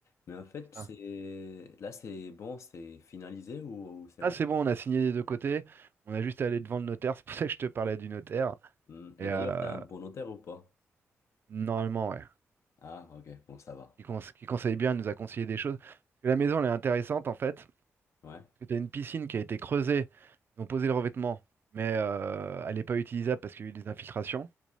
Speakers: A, on the left; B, on the right.
A: Mais en fait,
B: Putain.
A: c'est là, c'est bon, c'est finalisé ou, ou c'est
B: Ah,
A: encore.
B: c'est bon, on a signé des deux côtés. On a juste à aller devant le notaire. <laughs> C'est pour ça que je te parlais du notaire.
A: Hmm.
B: Et
A: Et
B: euh,
A: d'ailleurs, t'es un bon notaire ou pas?
B: normalement, ouais.
A: Ah, ok, bon, ça va.
B: Qui, conse- qui conseille bien, il nous a conseillé des choses. Parce que la maison, elle est intéressante en fait.
A: Ouais,
B: Parce que t'as une piscine qui a été creusée, ils ont posé le revêtement, mais euh, elle n'est pas utilisable parce qu'il y a eu des infiltrations.